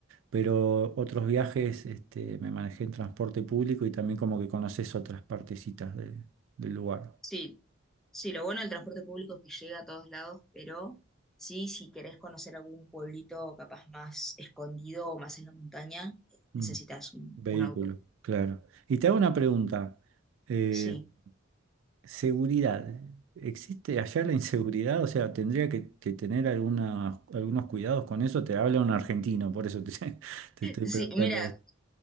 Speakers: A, on the right; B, in the centre.
A: pero otros viajes este, me manejé en transporte público y también como que conoces otras partecitas de- del lugar.
B: sí, sí, lo bueno del transporte público es que llega a todos lados, pero sí, si querés conocer algún pueblito capaz más escondido o más en la montaña,
A: Mm,
B: necesitas un,
A: vehículo,
B: un auto.
A: claro. Y te hago una pregunta. eh,
B: Sí.
A: Seguridad. ¿Existe allá la inseguridad? O sea, tendría que, que tener algunas- algunos cuidados con eso. Te habla un argentino, por eso te, <laughs> te estoy
B: Sí,
A: preguntando
B: mira,
A: esto.